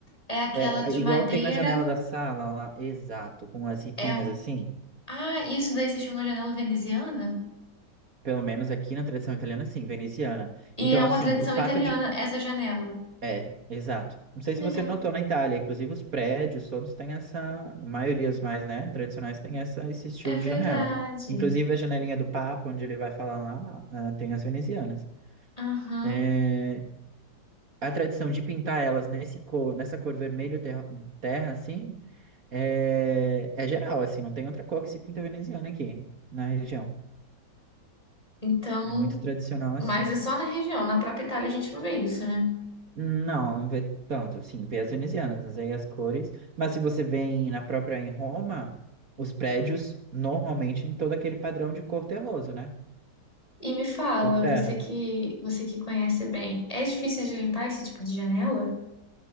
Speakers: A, on the left; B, on the right.
A: é aquela
B: É,
A: de
B: a- igual
A: madeira,
B: tem na janela da sala lá, exato, com as ripinhas
A: é um
B: assim.
A: Ah, isso daí se chama janela veneziana?
B: Pelo menos aqui na tradição italiana, sim, veneziana. Então,
A: E é uma
B: assim,
A: tradição
B: o
A: italiana
B: fato de
A: essa janela.
B: É, exato. Não sei
A: Que legal.
B: se você notou na Itália, inclusive os prédios todos têm essa, a maioria os mais, né, tradicionais têm essa, esse estilo
A: É verdade.
B: de janela. Inclusive a janelinha do Papa, onde ele vai falar lá, ah, tem as venezianas.
A: Aham.
B: É, a tradição de pintar elas nesse cor, nessa cor vermelho terra, terra assim, é, é geral, assim, não tem outra cor que se pinta veneziana aqui na região.
A: Então,
B: É muito tradicional assim.
A: mas é só na região, na própria Itália a gente não vê isso, né?
B: Não, não vê tanto, sim, vê as venezianas, mas aí as cores. Mas se você vem na própria em Roma, os prédios normalmente em todo aquele padrão de cor terroso, né?
A: E me fala,
B: Por terra.
A: você que você que conhece bem, é difícil de limpar esse tipo de janela?